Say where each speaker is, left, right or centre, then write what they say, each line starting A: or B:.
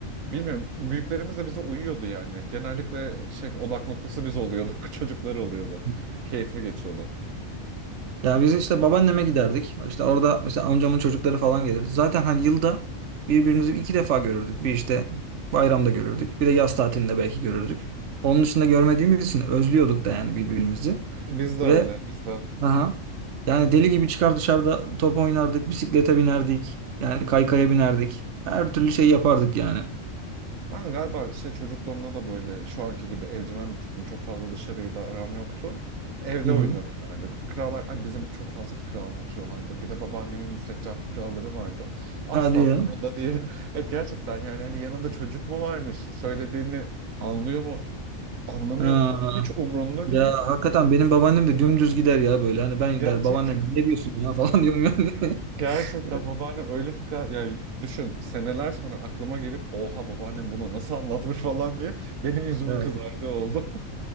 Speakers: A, on the right; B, on the right.
A: bilmiyorum büyüklerimiz de bize uyuyordu yani. Genellikle şey odak noktası biz oluyorduk, <laughs> çocuklar oluyordu.
B: hı.
A: Keyifli geçiyordu.
B: Ya biz işte babaanneme giderdik. İşte orada işte amcamın çocukları falan gelirdi. Zaten hani yılda birbirimizi iki defa görürdük. Bir işte bayramda görürdük. Bir de yaz tatilinde belki görürdük. Onun dışında görmediğimiz için özlüyorduk da yani birbirimizi.
A: Biz de
B: Ve
A: öyle, biz de.
B: aha yani deli gibi çıkar dışarıda top oynardık, bisiklete binerdik. Yani kaykaya binerdik. Her türlü şey yapardık yani.
A: Ben galiba şey çocukluğumda da böyle şu anki gibi evcimen bir tiptim. Çok fazla dışarıyla aram yoktu. Evde
B: Hı
A: oyunlar
B: hı.
A: oynardık. Fıkralar, ay bizim çok fazla fıkra anlatıyorlardı. Bir de babaannemin müstehcen fıkraları vardı. Asla
B: Hadi ya.
A: umurunda değil. <laughs> Evet gerçekten yani hani yanında çocuk mu varmış? Söylediğini anlıyor mu? Anlamıyor
B: Ha.
A: mu falan? Hiç umurunda
B: Ya
A: değil.
B: hakikaten benim babaannem de dümdüz gider ya böyle. Hani ben
A: Gerçekten
B: der babaannen ne diyorsun ya <laughs> falan diyorum yani. <laughs>
A: <laughs> gerçekten babaannem öyle fıkra yani düşün seneler sonra aklıma gelip oha babaannem bunu nasıl anlatmış falan diye benim yüzümün
B: Evet.
A: kızardığı oldu.